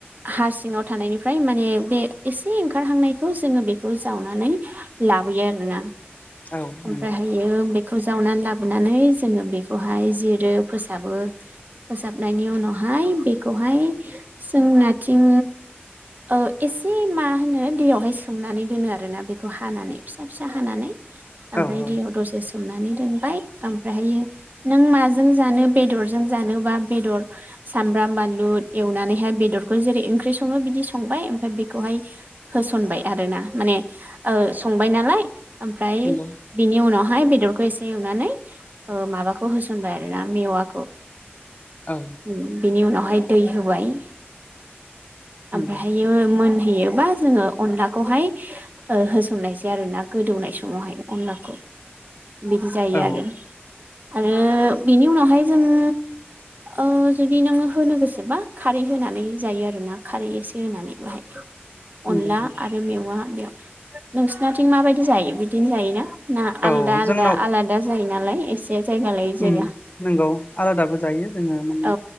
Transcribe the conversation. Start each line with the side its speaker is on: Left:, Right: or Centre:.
Right: हा सिङाव थानायनिफ्राय माने बे एसे ओंखारहांनायखौ जोङो बेखौ जावनानै लाबोयो आरोना।
Left: औ
Right: ओमफ्रायहायो
Left: नंगौ
Right: बे खौ जावनानै लाबोनानै जोङो बेखौहाय जिरो फोसाबो फोसाबनायनि उनावहाय बेखौहाय जोंनाथिं ओ एसे मा होनो दैयावहाय सोमनानै दोनो आरोना बेखौ हानानै। फिसा फिसा हानानै। ओमफ्राय
Left: औ औ
Right: दैयाव दसे सोमनानै दोनबाय ओमफ्रायहायो नों माज जों जानो बेदरजों जानोबा बेदर सामब्राम बानलु एवनानैहाय बेदरखौ जेरै ओंख्रि सङो बिदि संबाय ओमफ्राय बेखौहाय होसनबाय आरो ना। माने ओ संबाय नालाय ओमफ्राय
Left: नंगौ
Right: बेनि उनावहाय बेदरखौ एसे एवनानै ओ माबाखौ होसनबाय आरो ना मेवाखौ।
Left: औ
Right: उम बिनि उनाव बाहाय दै होबाय
Left: नंगौ
Right: ओमफ्रायहायो मोन होयोबा जोङो अनलाखौहाय ओ होसननायसै आरोना गोदौनाय समावहाय। अनलाखौ। बिदि जायो
Left: औ
Right: आरो, आरो बेनि उनावहाय जोङो ओ जुदि नोङो होनो गोसोबा खारै होनानै जायो आरोना खारै एसे होनानै बाहाय।
Left: नंगौ
Right: अनला
Left: औ
Right: आरो मेवा बेव। <inaudible> नोंसानाथिं माबायदि जायो बिद दिनो जायोना? ना
Left: औ
Right: आलदा आलदा
Left: जोंनाव
Right: आलादा जायो नालाय एसे जायगा लायै जायगा
Left: ओम नंगौ आलादाबो जायो जोङो माने
Right: औ